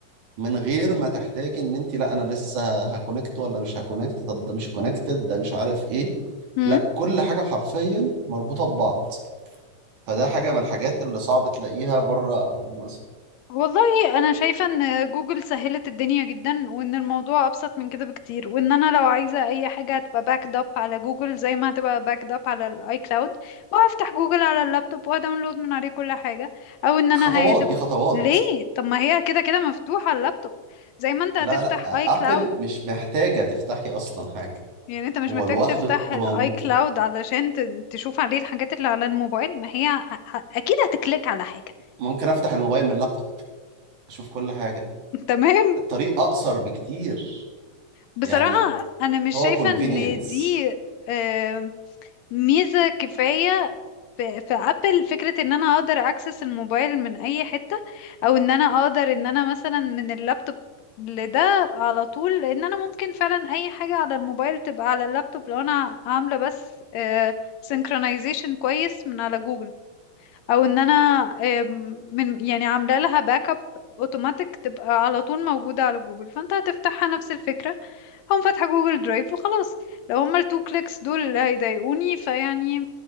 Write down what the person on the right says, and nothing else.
من غير ما تحتاجي ان انت لا انا لسه هكونكت ولا مش هكونكت طب ده مش كونكتد ده مش عارف ايه
لا كل حاجه حرفيا مربوطه ببعض فده حاجه من الحاجات اللي صعب تلاقيها بره ابل مثلا
خطوات
دي خطوات
لا لا
ابل
مش محتاجه تفتحي اصلا حاجه
هو
لوحده
موجود
كده.
ممكن افتح الموبايل من اللابتوب اشوف كل حاجه
الطريق اقصر بكتير
يعني
هو
convenience